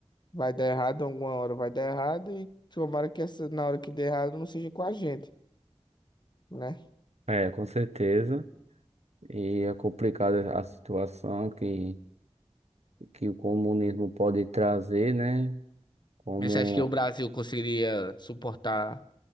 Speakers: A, on the left; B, on the right.
A: vai dar errado alguma hora, vai dar errado e tomara que essa, na hora que der errado não seja com a gente, né?
B: É, com certeza. E é complicada a situação que, que o comunismo pode trazer, né? Como.
A: Você acha que o Brasil conseguiria suportar